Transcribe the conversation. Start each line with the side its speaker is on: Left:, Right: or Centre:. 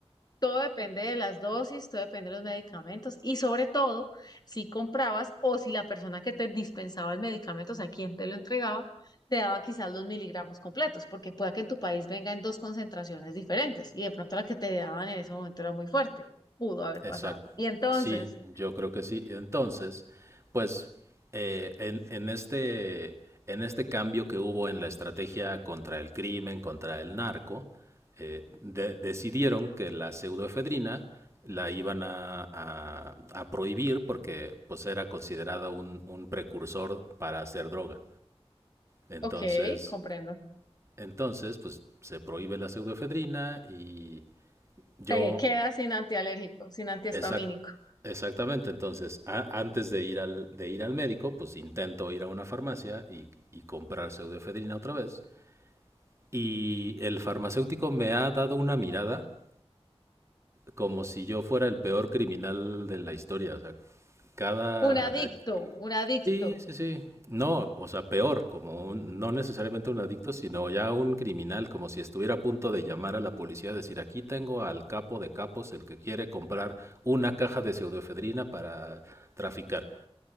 Left: Todo depende de las dosis, todo depende de los medicamentos y sobre todo si comprabas o si la persona que te dispensaba el medicamento, o sea, quien te lo entregaba, te daba quizás los miligramos completos, porque pueda que en tu país venga en dos concentraciones diferentes y de pronto la que te daban en ese momento era muy fuerte, pudo haber
Right: Exacto.
Left: pasado. Y entonces,
Right: Sí, yo creo que sí. Entonces, pues eh, en, en este, en este cambio que hubo en la estrategia contra el crimen, contra el narco, eh, de- decidieron que la pseudoefedrina la iban a, a- a prohibir porque pues era considerada un, un precursor para hacer droga. Entonces,
Left: ok, comprendo,
Right: entonces, pues se prohíbe la pseudoefedrina y yo
Left: te quedas sin antialérgico, sin antihistamínico.
Right: Exact- exactamente, entonces, a- antes de ir, al, de ir al médico, pues intento ir a una farmacia y, y comprar pseudoefedrina otra vez. Y el farmacéutico me ha dado una mirada como si yo fuera el peor criminal de la historia. O sea, cada...
Left: Un adicto, un adicto.
Right: Sí, sí, sí. No, o sea, peor, como un, no necesariamente un adicto, sino ya un criminal, como si estuviera a punto de llamar a la policía, decir, aquí tengo al capo de capos, el que quiere comprar una caja de pseudoefedrina para traficar.